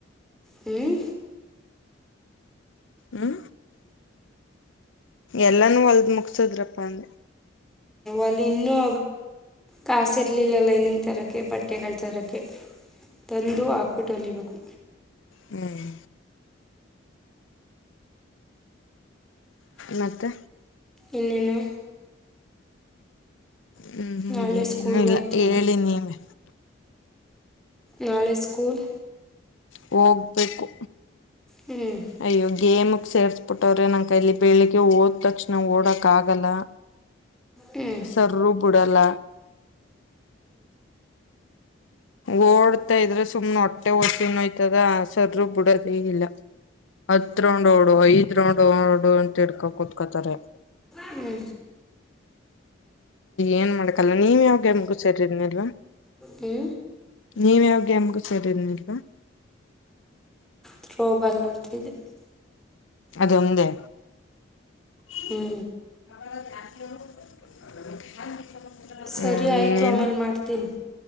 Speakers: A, in the centre; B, on the left.
A: ಹ್ಮ್
B: ಹ್ಮ ಎಲ್ಲಾನೂ ಹೊಲ್ದ್ ಮುಗಸುದ್ರಪ್ಪ ಅಂದೆ
A: ಒಲ್ಲಿ ಇನ್ನು ಕಾಸಿ ಇರ್ಲಿಲ್ಲ ಲೈನಿಂಗ್ ತರಕೆ ಬಟ್ಟೆಗಳು ತರಕೆ ಕೆ ತಂದು ಹಾಕ್ಬಿಟ್ಟ್ ಹೋಳಿಬೇಕು
B: ಹ್ಮ್ ಮತ್ತೆ
A: ಇನೇನು
B: ಹ್ಮ್ ಹ
A: ನಾಳೆ
B: ಏನಿಲ್ಲ
A: ಸ್ಕೂಲ್ ಐತೇನೋ
B: ಹೇಳಿ ನೀವೆ
A: ನಾಳೆ ಸ್ಕೂಲ್
B: ಹೋಗ್ಬೇಕು
A: ಹ್ಮ್
B: ಅಯ್ಯೋ ಗೇಮಗ್ ಸೇರ್ಸ್ಬಿಟ್ಟವ್ರೆ ನಂಕೈಲ್ಲಿ ಬೆಳಿಗ್ಗೆ ಓದ ತಕ್ಷಣ ಓಡಕ್ ಆಗಲ್ಲ.
A: ಹ್ಞೂ
B: ಸರ್ರು ಬಿಡಲ್ಲ ಓಡ್ತಾ ಇದ್ರೆ ಸುಮ್ನೆ ಹೊಟ್ಟೆ ಹೊಟ್ಟೆನೋಯ್ತದ ಸರೂ ಬಿಡದೇ ಇಲ್ಲ ಹತ್ರೊಂಡೋಡು ಐದ್ ರೌಂಡ್ ಓಡು ಅಂತ ಹಿಡ್ಕೋ ಕುತ್ಕೊಂತಾರೆ.
A: ಹ್ಞೂ
B: ಏನ್ ಮಾಡಕಲ್ಲ ನೀವ ಯಾವ್ ಗೇಮುಗು ಸೇರಿದನಿಲ್ವಾ
A: ಹ್ಞೂ
B: ನೀವ ಯಾವಗೆ ಗೇಮ್ ಗು ಸರಿ ಇರ್ಲಿಲ್ಲಲ್
A: ತ್ರೋಬಲಾಡ್ತಿದ್ದೆ
B: ಅದೊಂದೇ <unintelligible>
A: ಹ್ಞೂ ಸರಿ
B: ಹ್ಮ್
A: ಆಯ್ತು
B: ಇನ್ನೇನು
A: ಆಮೇಲೆ ಮಾಡ್ತೀನಿ.